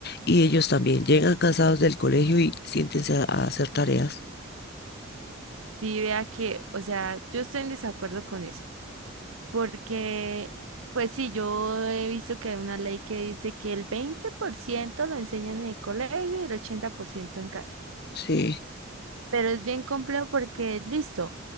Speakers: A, on the left (about 50°); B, on the right (about 85°).
A: y ellos también llegan cansados del colegio y siéntense a, a hacer tareas.
B: Y vea que, o sea, yo estoy en desacuerdo con eso, porque, pues sí, yo he visto que hay una ley que dice que el 20% lo enseñan en el colegio y el 80% en casa.
A: Sí.
B: Pero es bien complejo porque, listo,